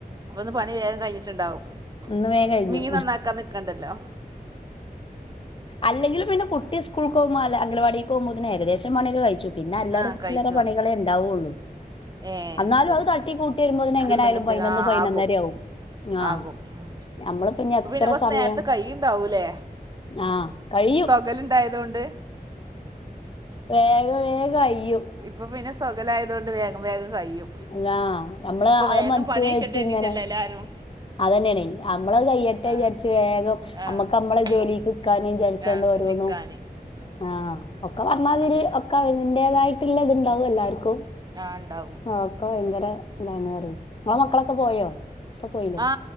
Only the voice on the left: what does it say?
ഇന്ന് വേം കഴിഞ്ഞു
അല്ലെങ്കിലും പിന്നെ കുട്ടി സ്കൂൾക്ക് പോകുമ്പ ല്ല അംഗലവാടിക്കോകുമ്പത്തിന് ഏകദേശ ന് പണിക്കെ കഴിച്ചു. പിന്നെ അല്ലറ
ചില്ലറ
പണികളെ ണ്ടാവൊള്ളു.
അന്നാലും
അത് തട്ടി കൂട്ടി വരുമ്പോത്തിനെങ്ങനായാലും
പയിനൊന്ന്
പയിനൊന്നരാവും.
ആ
നമ്മളിപ്പഞ്ഞ്
എത്ര
സമയം
ആ കഴിയും.
വേഗ വേഗയ്യും.
ല്ലാ നമ്മള്
അഅ്
മനസ്സിൽ
വെച്ച്ങ്ങനെ
അതന്നേണ് അമ്മളത് കയ്യട്ടെചാരിച്ച്
വേഗം
അമ്മക്ക് അമ്മള
ജോലി ക്കാനിം ജാര്ച്ചാണ്ട്
ഓരോന്നും
ആ ഒക്കെ പറഞ്ഞാതിരി
ഒക്കെ അതിന്റേതായിട്ടുള്ള ഇത്ണ്ടാവും എല്ലാര്ക്കും.
ഒക്കെ ഭയങ്കര ഇതാണറി ഇങ്ങളെ മക്കളൊക്കെ പോയോ? ഒക്കെ പോയില്ലേ?